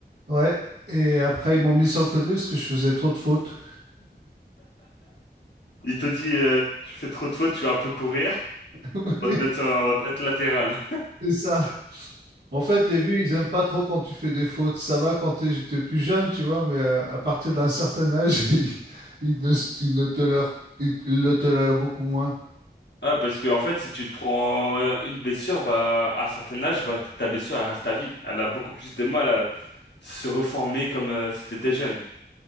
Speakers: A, on the right; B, on the left.
A: Ouais. Et après, ils m'ont mis sur le côté parce que je faisais trop de fautes.
B: Il te dit, euh, tu fais trop de fautes, tu vas un peu courir.
A: <laughs>
B: On va te mettre, sur- on va te mettre latéral.
A: C'est ça. En fait, les vieux, ils aiment pas trop quand tu fais des fautes. Ça va quand t'es, t'es plus jeune, tu vois, mais euh, à, partir d'un certain âge, <laughs> ils, ils ne, ils ne tolèrent, ils le tolèrent beaucoup moins.
B: Ah, parce que en fait, si tu te prends euh, une blessure, bah, à un certain âge, bah, ta blessure, elle reste à vie. Elle a beaucoup plus de mal à se reformer comme euh, si t'étais jeune.